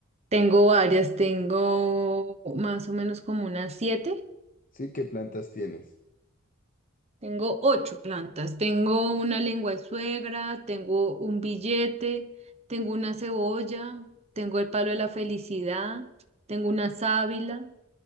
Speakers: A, on the right; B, on the left.
A: Tengo varias, tengo más o menos como unas siete.
B: Sí, ¿qué plantas tienes?
A: Tengo ocho plantas. Tengo una lengua de suegra, tengo un billete, tengo una cebolla, tengo el palo de la felicidad, tengo una sábila,